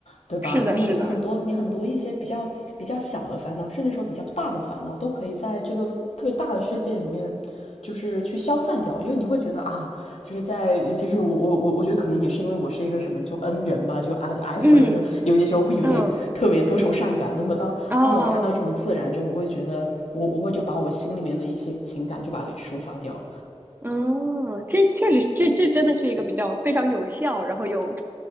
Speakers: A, on the left (about 80°); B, on the right (about 20°).
A: 对吧？
B: 是的，
A: 那么你很多你很多一些比较比较小的烦恼，
B: 是的，
A: 甚至说比较大的烦恼，都可以在这个特别大的世界里面，就是去消散掉。因为你会觉得啊，就是在就是我我我我觉得可能也是因为我是一个什么就 N 人吧，就 F F
B: 嗯
A: 人，就有些时候会有点特别多愁善感。
B: 嗯
A: 那么当当我看到这种自然，
B: 啊。哦
A: 就我会觉得我我会就把我心里面的一些情感就把它给抒发掉。
B: 嗯，这确实，这这真的是一个比较非常有效，然后又